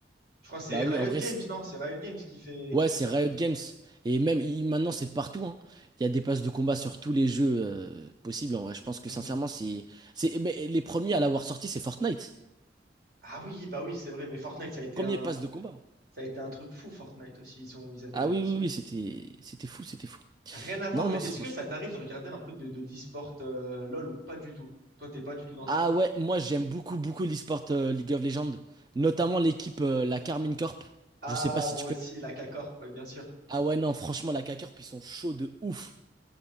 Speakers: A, on the right; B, on the right.
A: Je crois que c'est
B: Bah
A: Riot
B: oui, en vrai,
A: Games,
B: c'est-
A: non? C'est Riot Games qui fait,
B: ouais,
A: qui fait
B: c'est
A: ça.
B: Riot Games. Et même il- maintenant, c'est de partout, hein. Il y a des passes de combat sur tous les jeux euh, possibles. En vrai, je pense que
A: Mhm.
B: sincèrement, c'est, c'est, mais les premiers à l'avoir sorti, c'est Fortnite.
A: Ah oui, bah oui, c'est vrai, mais Fortnite, ça a été
B: Premier
A: un,
B: pass de combat.
A: ça a été un truc fou, Fortnite aussi. Ils ont, ils avaient
B: Ah
A: la
B: oui,
A: vision.
B: oui, oui, c'était, c'était fou, c'était fou.
A: Rien à voir,
B: Non,
A: mais
B: non, c'est
A: est-ce
B: franchement.
A: que ça t'arrive de regarder un peu de, de l'e-sport euh, LOL ou pas du tout? Toi, t'es pas du tout dans ça?
B: Ah ouais, moi j'aime beaucoup beaucoup l'e-sport euh, League of Legends, notamment l'équipe euh, la Carmine Corp.
A: Ah,
B: Je sais pas si
A: moi
B: tu connais.
A: aussi, la K-Corp, ouais, bien sûr.
B: Ah ouais non, franchement la K-Corp ils sont chauds de ouf.